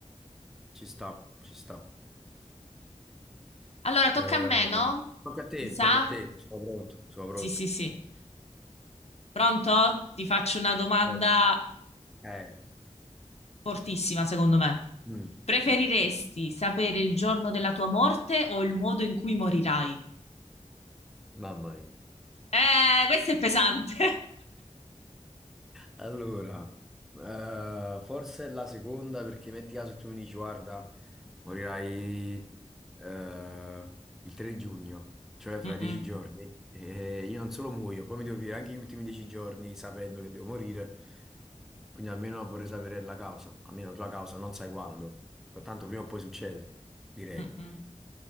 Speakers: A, in the centre; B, on the left.
A: Ci sta, ci sta.
B: Allora, tocca
A: Eh,
B: a me, no?
A: tocca a te,
B: Mi sa?
A: tocca a te. Sono pronto, sono pronto.
B: Sì, sì, sì. Pronto? Ti faccio una domanda
A: Eh, eh,
B: fortissima, secondo me.
A: mm.
B: Preferiresti sapere il giorno della tua morte o il modo in cui morirai?
A: Mamma mia.
B: Eh, questo è pesante.
A: Allora, eh, forse è la seconda perché metti caso tu mi dici, guarda, morirai eh, il 3 giugno, cioè fra
B: <laughs> Mm-mm.
A: dieci giorni, e io non solo muoio, poi mi devo vivere anche gli ultimi dieci giorni sapendo che devo morire, quindi almeno vorrei sapere la causa, almeno la tua causa, non sai quando, tanto prima o poi succede, direi.
B: Mm-mm.